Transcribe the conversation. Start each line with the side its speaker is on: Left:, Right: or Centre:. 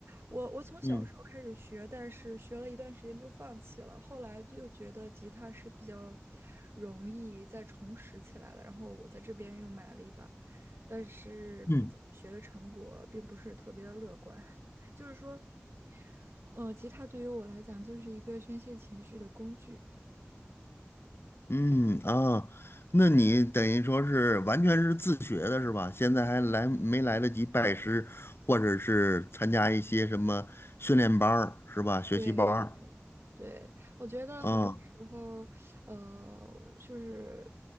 Right: 我我从小时候开始学，
Left: 嗯
Right: 但是学了一段时间就放弃了，后来就觉得吉他是比较容易再重拾起来的，然后我在这边又买了一把，但是自己学的成果并不是特别的乐观，
Left: 嗯
Right: <laughs> 就是说。呃，吉他对于我来讲就是一个宣泄情绪的工具。
Left: 嗯啊，那你等于说是完全是自学的是吧？现在还来没来得及拜师，或者是参加一些什么训练班儿是吧？学习班儿
Right: 对对对，我觉得很多时候，
Left: 啊，
Right: 呃，就是